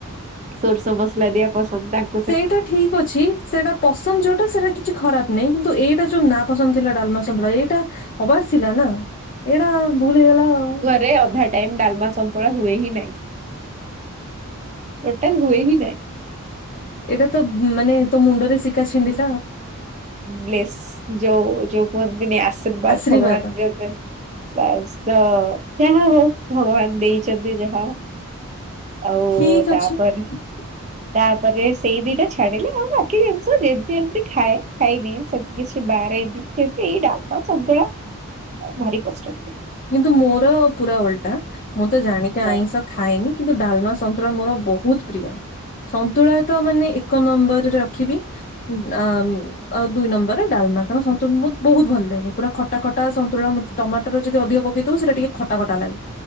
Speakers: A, on the right; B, on the left.
A: ସୋରିଶ ମସଲା ଦିଆ ପସନ୍ଦ ତାଙ୍କ୍
B: ସେଇଟା ଠିକ୍ ଅଛି ସେଇଟା ପସନ୍ଦ ଯୋଉଟା ସେଇଟା କିଛି ଖରାପ ନାହିଁ କିନ୍ତୁ ଏଇଟା ଯୋଉ ନା ପସନ୍ଦ ଥିଲା ଡାଲମା ସନ୍ତୁଳା ଏ ଟା ହବାର ଥିଲା ନାଁ, ଏଇଟା ଭୁଲ୍ ହେଇଗଲା ଆଉ।
A: ରେ ଅଧା ଟାଇମ୍ ଡାଲମା ସନ୍ତୁଳା ହୁଏ ହିଁ ନାଇଁ, ଟୋଟାଲ୍ ହୁଏ ହି ନାଇଁ।
B: ଏଇଟା ତ ମାନେ ତୋ ମୁଣ୍ଡରେ ଶିକା ଛିଣ୍ଡି
A: ଗ୍ଲେସ୍ ଯୋଉ ଯୋଉ କୁହନ୍ତିନି ଆସ୍ ଆର୍ଶୀବାଦ
B: ଆଶୀର୍ବାଦ
A: ଭଗବାନ ଯୋଉ ବାସ୍ ତ ଯାହା ହଉ ଭଗବାନ ଦେଇଛନ୍ତି ଯାହା। ଆଉ
B: ଠିକ
A: ତାପରେ
B: ଅଛି <inaudible>
A: ତାପରେ ସେଇ ଦିଇଟା ଛାଡିଲେ ଆଉ ବାକି ଜିନିଷ ଯେମିତି ଏମିତି ଖାଏ ଖାଇନି ସେମିତି କିଛି ବାରେନି। ସେମିତି ଏଇ ଡାଲମା ସନ୍ତୁଳା ଅ ଭାରି କଷ୍ଟ ଦିଏ।
B: କିନ୍ତୁ ମୋର ପୁରା ଓଲ୍ଟା, ମୁଁ ତ ଜାଣିକି
A: ହଁ
B: ଆଇଁଷ ଖାଏନି କିନ୍ତୁ ଡାଲମା ସନ୍ତୁଳା ମୋର ବହୁତ ପ୍ରିୟ। ସନ୍ତୁଳାଏ ତ ମାନେ ଏକ ନମ୍ବରରେ ରଖିବି <unintelligible> ଆଉ ଦୁଇ ନମ୍ବର ଡାଲମାଟା <unintelligible> ବହୁତ ଭଲ ଲାଗେ ପୁରା ଖଟା ଖଟା ସନ୍ତୁଳା ମତେ ଟମାଟର ଯଦି ଅଧିକ ପକେଇଥିବୁ ସେଟା ଟିକେ ଖଟା ଖଟା ଲାଗେ।